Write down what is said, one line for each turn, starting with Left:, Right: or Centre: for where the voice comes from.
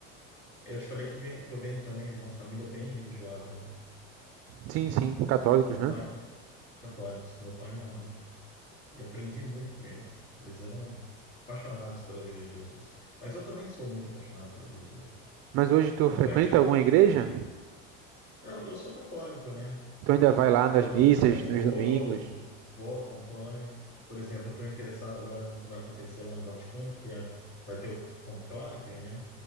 Left: Eu te falei que, vem, que eu venho também de uma família bem religiosa, né?
Right: Sim, sim, católicos,
Left: Meu
Right: né?
Left: pai, católicos, meu pai e minha mãe. E aprendi muito com eles. Eles eram apaixonados pela vida de Jesus. Mas eu também sou muito apaixonado pela vida de Jesus.
Right: Mas hoje tu
Left: Tanto
Right: frequenta
Left: é que eu,
Right: alguma igreja?
Left: eu, eu sou católico, né?
Right: Tu ainda vai lá nas
Left: Então,
Right: missas,
Left: eu vou,
Right: nos domingos?
Left: vou, acompanho. Por exemplo, eu estou interessado agora no que vai acontecer lá no Vaticano, porque é- vai ter o conclave, né?